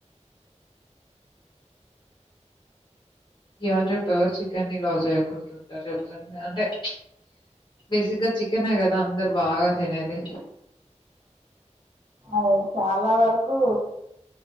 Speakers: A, on the left; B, on the right.
A: ఇవాళ రేపు ఎవరు చికెన్ని లవ్ చేయకుంటుంటారు చెప్పండి అంటే చ బేసిగ్గా చికెనే కదా అందరూ బాగా తినేది
B: అవు చాలా వరకు